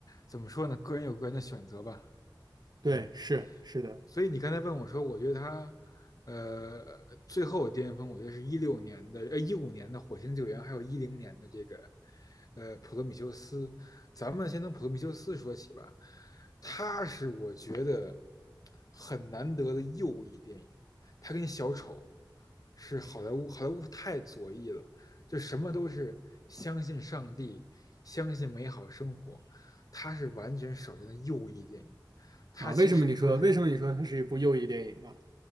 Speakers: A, on the left; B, on the right.
A: 怎么说呢？个人有个人的选择吧，
B: 对，
A: 嗯。
B: 是是的。
A: 所以你刚才问我说，我觉得他，呃，最后巅峰，我觉得是一六年的，呃，一五年的火星救援，还有一零年的这个，呃，普罗米修斯。咱们先从普罗米修斯说起吧，他是我觉得很难得的右翼电影，他跟小丑是好莱坞，好莱坞太左翼了，就什么都是相信上帝，相信美好生活，他是完全少见的右翼电影。他其实甚至说是
B: 啊，为什么你说为什么你说它是一部右翼电影啊？